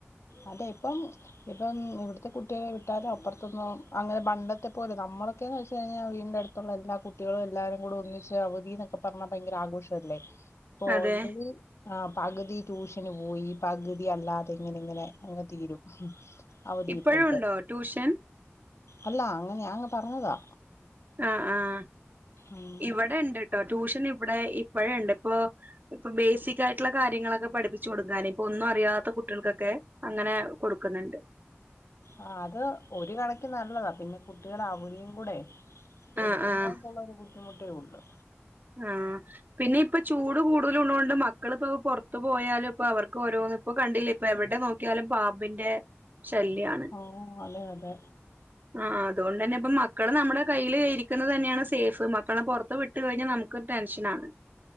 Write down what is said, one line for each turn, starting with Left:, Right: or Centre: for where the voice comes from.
Left: അതെ ഇപ്പം ഇപ്പം ഇവിടത്തെ കുട്ടികളെ വിട്ടാലും അപ്പറത്തൊന്നും അങ്ങനെ പണ്ടത്തെ പോല നമ്മളൊക്കെന്ന് വെച്ച കഴിഞ്ഞാൽ വീടിന്റെ അടുത്ത് തുള്ള എല്ലാ കുട്ടികളും എല്ലാവാരും കൂടെ ഒന്നിച്ച് അവധി എന്നൊക്കെ പറഞ്ഞാ ഭയങ്കര ആഘോഷല്ലേ പോൻ്റെത്
Right: അതെ
Left: ആ പകുതി ട്യൂഷന് പോയി പകുതി അല്ലാതെ ഇങ്ങനെ ഇങ്ങനെ അങ്ങെ തീരും അവധി
Right: ഇപ്പഴും
Left: ഇപ്പോഴത്തെ
Right: ഉണ്ടോ ട്യൂഷൻ
Left: അല്ല അങ്ങനെ അങ്ങ് പറഞ്ഞതാ
Right: ആ ഹ് ആഹ്
Left: ഉം
Right: ഇവിടെ ഉണ്ട് ട്ടോ ട്യൂഷൻ ഇവിടെ ഇപ്പഴുണ്ട് ഇപ്പൊ ഇപ്പൊ ബേസിക്കായിട്ട് ട്ടുള്ള കാര്യങ്ങളൊക്കെ പഠിപ്പിച്ചച്ച് കൊടുക്കാനും ഇപ്പൊ ഒന്നും അറിയാത്ത കുട്ടികൾക്കൊക്കെ അങ്ങനെ കൊടുക്കുന്നുണ്ട്
Left: ആഹ് അത് ഒരു കണക്കിന് നല്ലതാ പിന്നെ കുട്ടികൾ അവധിയും കൂടെ
Right: ആഹ്
Left: എടുക്കുന്ന
Right: ആഹ്
Left: കൊണ്ടുള്ള ഒരു ബുദ്ധിമുട്ടേ ഉള്ളു
Right: ആ ഹ് പിന്നെ ഇപ്പ ചൂട് കൂടുതലുള്ളൊണ്ട് മക്കളിപ്പ പുറത്തു പോയാലും ഇപ്പൊ അവർക്ക് ഓരോന്ന് ഇപ്പൊ കണ്ടില്ലേ ഇപ്പൊ എവിടെ നോക്കിയാലും പാമ്പിന്റെ ശല്യാണ്
Left: ഓ അതെ അതെ
Right: ആഹ് അതുകൊണ്ട് തന്നെ ഇപ്പ മക്കള് നമ്മുടെ കയ്യില് യിരിക്കുന്നത് തന്നെയാണ് സേഫ് മക്കളെ പുറത്ത് വിട്ട് കഴിഞ്ഞൽ നമു ക്ക് ടെൻഷൻ ആണ്